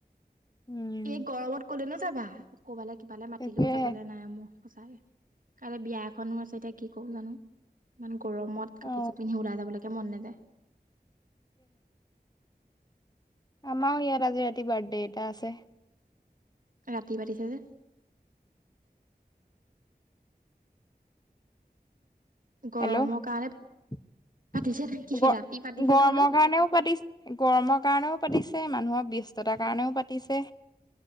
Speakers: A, on the left; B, on the right.
A: উম
B: এই গৰমত কলে নো যাবা? অ ক'ৰবালে, কিবালে মাতিলেও
A: তাকেহে
B: যাবলে নাই মোৰ সঁচাকে। কাইলে বিয়া এখনো আছে এতিয়া কি কম জানো? মানু গৰমত
A: অ
B: কাপোৰযোৰ পিন্ধি ওলাই যাব লাগে মন নেযায়।
A: আমাৰ ইয়াৰ আজি ৰাতি বাৰ্থডে এটা আছে।
B: ৰাতি পাতিছে যে। গৰমৰ
A: হেল্ল'
B: কাৰণে
A: গ
B: পাতিছে নে কি ৰাতি পাতিছে
A: গৰমৰ
B: যে বোলো
A: কাৰণেও পাতিছ, গৰমৰ কাৰণেও পাতিছে মানুহৰ ব্যস্ততাৰ কাৰণেও পাতিছে,